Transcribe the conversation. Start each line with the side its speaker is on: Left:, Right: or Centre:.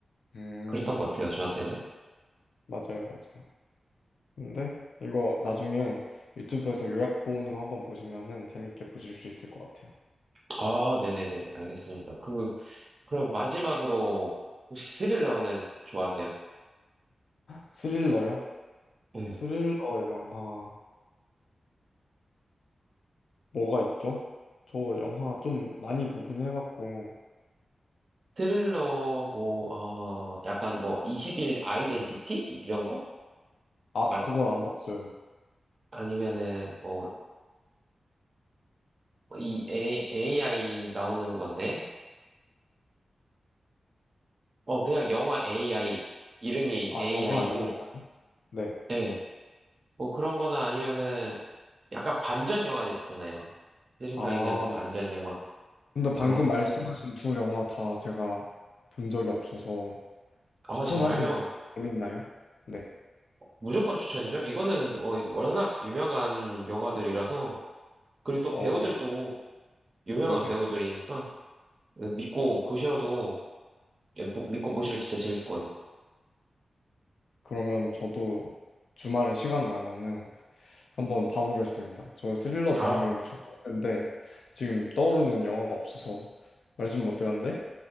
Left: 음,
Right: 그랬던 것 같아요, 저한테는.
Left: 맞아요, 맞아요. 근데 이거 나중에 유튜브에서 요약본으로 한번 보시면은 재밌게 보실 수 있을 것 같아요.
Right: 아, 네네네, 알겠습니다. 그, 그럼 마지막으로, 혹시 스릴러는 좋아하세요?
Left: 스릴러요?
Right: 네.
Left: 스릴러 영화. 뭐가 있죠? 저 영화 좀 많이 보긴 해갖고
Right: 스릴러 뭐 어, 약간 뭐 20일 아이덴티티 이런 거?
Left: 아
Right: 아,
Left: 그건 안 봤어요.
Right: 아니면은 뭐 이 AI 나오는 건데 어 그냥 영화 AI 이름이
Left: 아
Right: AI고
Left: 영화 A 네.
Right: 예. 뭐 그런 거나 아니면은 약간 반전 영화들 있잖아요. 스릴러이면서
Left: 아
Right: 반전 영화
Left: 근데 방금
Right: 그런 것도.
Left: 말씀하신 두 영화 다 제가 본 적이 없어서
Right: 아
Left: 추천하시나요?
Right: 정말요?
Left: 재밌나요? 네.
Right: 무조건 추천이죠. 이거는 뭐 워낙 유명한 영화들이라서 그리고 또
Left: 어
Right: 배우들도 유명한
Left: 네네.
Right: 배우들이니까 믿고 보셔도
Left: 아,
Right: 예, 보- 믿고 보시면 진짜 재밌을 거예요.
Left: 그러면 저도 주말에 시간 나면은 한번 봐보겠습니다. 저 스릴러 장르
Right: 아,
Left: 좋아하는데 지금 떠오르는 영화가 없어서 말씀 못 드렸는데